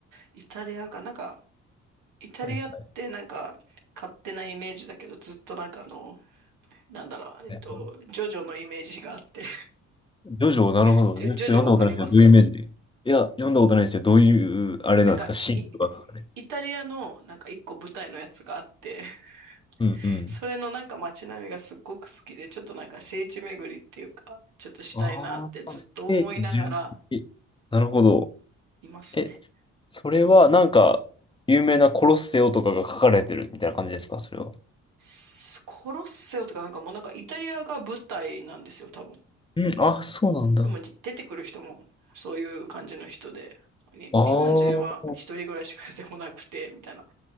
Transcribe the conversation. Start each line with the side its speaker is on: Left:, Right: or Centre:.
Right: イタリアか。なんか、イタリアってなんか、
Left: はいは
Right: 勝手なイメージだけど、ずっとなんかあの、なんだろう、えっと、
Left: いはい。
Right: ジョジョのイメージがあって。
Left: ジョジョ、なるほど。
Right: <laughs> ジョ、
Left: ちょっと読んだことないけど、
Right: ジョジョわかります
Left: どういうイメージでいや、読んだことないですけど、どういう、あれなんですか、
Right: なんか、
Left: シーンとか。
Right: い、イタリアのなんか一個舞台のやつがあって、
Left: うんうん。
Right: <laughs> それのなんか街並みがすっごく好きで、ちょっとなんか聖地巡りっていうか、ちょっとしたいなってずっと思いながら
Left: ああ、ステージ順なるほど。
Right: いますね。
Left: え、それはなんか、有名なコロッセオとかが書かれてるみたいな感じですか、それは。
Right: スコロッセオとかなんかもうなんかイタリアが舞台なんですよ、多分。
Left: うん、あ、そうなんだ。
Right: でもじ出てくる人もそういう感じの人で、
Left: あ
Right: に、
Left: ー
Right: 日本人は一人ぐらいしか出てこなくて、みたいな。